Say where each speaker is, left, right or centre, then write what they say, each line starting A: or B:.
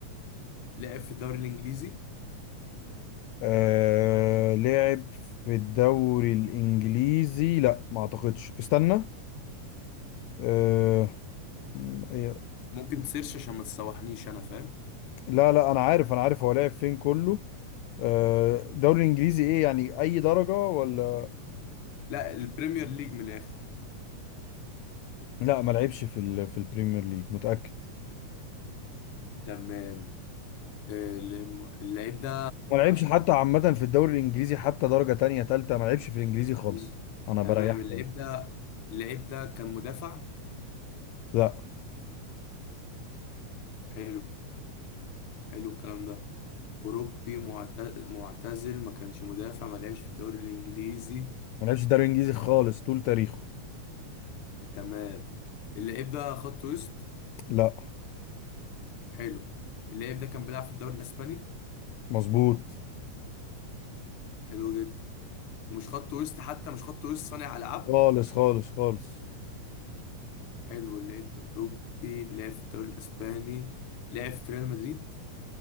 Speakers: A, on the left (about 55°); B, on the left (about 80°).
A: لعب في الدوري الإنجليزي
B: آه... لعب في الدوري الإنجليزي لا ما أعتقدش استنى آه... م- إيه.
A: ممكن تسيرش عشان ما تسوحنيش أنا فاهم
B: لا لا أنا عارف أنا عارف هو لعب فين كله آه... الدوري الإنجليزي إيه يعني أي درجة ولا
A: لا البريمير ليج من الآخر
B: لا ما لعبش في ال... في البريمير ليج متأكد
A: تمام آه، اللعيب ده
B: ما لعبش حتى عامة في الدوري الإنجليزي حتى درجة تانية تالتة ما لعبش في الإنجليزي خالص
A: مم.
B: أنا
A: تمام
B: بريحك
A: اللعيب
B: أهو
A: ده اللعيب ده كان مدافع
B: لا
A: حلو حلو الكلام ده أوروبي معت- معتزل ما كانش مدافع ما لعبش في الدوري الإنجليزي
B: ما لعبش الدوري الإنجليزي
A: مم.
B: خالص طول تاريخه
A: تمام اللعيب ده خط وسط
B: لا
A: حلو اللعيب ده كان بيلعب في الدوري الإسباني
B: مظبوط
A: حلو جدا ومش خط وسط حتى مش خط وسط صانع ألعاب
B: خالص خالص خالص
A: حلو اللعيب ده أوروبي بيلعب في الدوري الإسباني لعب في ريال مدريد